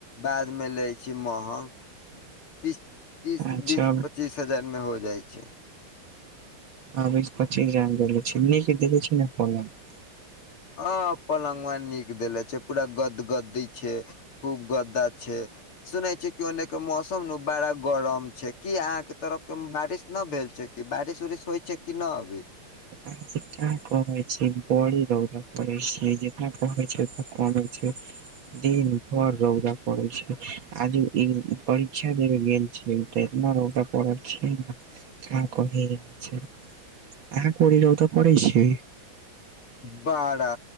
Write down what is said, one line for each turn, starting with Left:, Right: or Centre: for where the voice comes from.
Left: बादमे लै छी महग तीस तीस,
Right: अच्छा
Left: बीस, पचीस हजार मे हो जाइ छै।
Right: आबै स पच्चीस हजार में देखले छि, नीक देलहे छि न पलंग।
Left: ह पलंगवा नीक देेले छै, पूरा गदगदी छै। खूब गद्दा छे। सुनै छियै कि ओनेके मौसम नऽ बड़ा गरम छै कि ये अहाँके तरफ क बारिश नऽ भेल छै कि बारिश -उरिश होइ छै कि नऽ अभी?
Right: अहाँ का कहै छी बड़ी रौदा करै छियइ जेकरा कहै छी कहै छै। दिन भर रौदा पड़ै छै आज ई परीक्षा देबे गेल <inaudible> ने ओ त पढ़ा छै ने क क ह छै अहांक करे रौदा पड़ै छै?
Left: बाड़ा